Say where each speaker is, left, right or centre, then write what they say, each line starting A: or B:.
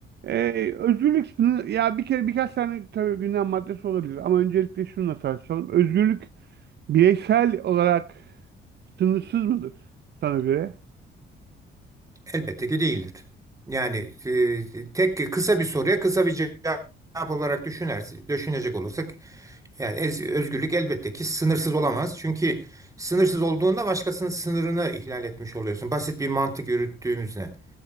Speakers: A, on the right (about 55°); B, on the right (about 15°).
A: Ee, özgürlük sınır, ya bir kere birkaç tane tabii gündem maddesi olabilir ama öncelikle şununla tartışalım. Özgürlük bireysel olarak sınırsız mıdır sana göre?
B: Elbette ki değildir. Yani e, tek kısa bir soruya kısa bir cevap olarak düşünersin, düşünecek olursak yani ez- özgürlük elbette ki sınırsız olamaz. Çünkü sınırsız olduğunda başkasının sınırını ihlal etmiş oluyorsun. Basit bir mantık yürüttüğümüzde.